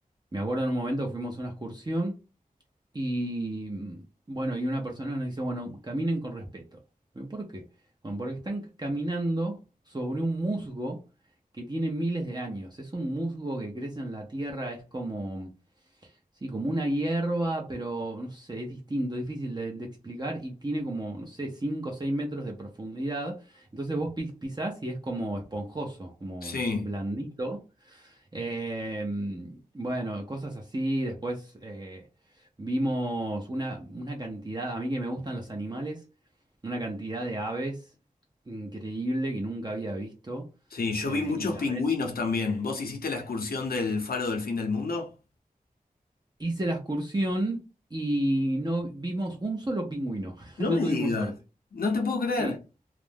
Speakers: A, on the right; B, on the left.
A: Me acuerdo en un momento que fuimos a una excursión. Y mm, bueno, y una persona nos dice, bueno, caminen con respeto. ¿Pero ¿Por qué? Bueno, porque están caminando sobre un musgo que tiene miles de años. Es un musgo que crece en la tierra, es como, sí, como una hierba, pero no sé, es distinto, difícil de, de explicar y tiene como, no sé, 5 o 6 metros de profundidad. Entonces vos pis- pisás y es como esponjoso, como
B: sí,
A: blandito. Eh, bueno, cosas así. Después eh, vimos una, una cantidad, a mí que me gustan los animales, una cantidad de aves increíble que nunca había visto.
B: sí. Yo
A: eh,
B: vi muchos
A: y la
B: pingüinos
A: vez
B: también. ¿Vos hiciste la excursión del Faro del Fin del Mundo?
A: hice la excursión y no vimos un solo pingüino. <laughs>
B: No
A: No
B: me
A: tuvimos
B: digas,
A: suerte.
B: no te puedo creer.
A: Sí,